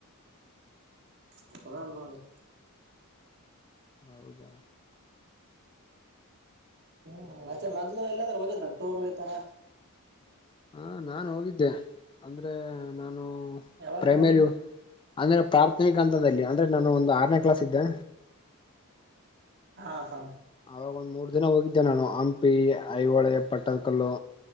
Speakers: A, on the right; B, on the left.
A: ಮತ್ತದಲ್ಲ ಅಡೆ <inaudible>
B: ಹೌದಾ <inaudible>
A: ಹ್ಮ್, ಮತ್ತೆ ಮೊದ್ಲು ಎಲ್ಲಾದ್ರೂ ಹೋಗಿದ್ರ ಟೂರ್ ಇತರಾ.
B: ಹಾ, ನಾನು ಹೋಗಿದ್ದೆ ಅಂದ್ರೆ ನಾನು
A: ಯಾವಾಗ
B: ಪ್ರೈಮರಿ ಅಂದ್ರೆ ಪ್ರಾಥಮಿಕ ಹಂತದಲ್ಲಿ ಅಂದ್ರೆ ನಾನು ಒಂದು ಆರನೇ ಕ್ಲಾಸ್ ಇದ್ದೆ.
A: ಹಾ, ಹಾ
B: ಅವಾಗ ಒಂದ್ ಮೂರ್ ದಿನ ಹೋಗಿದ್ದೆ ನಾನು ಹಂಪಿ- ಐಹೊಳೆ, ಪಟ್ಟದಕಲ್ಲು,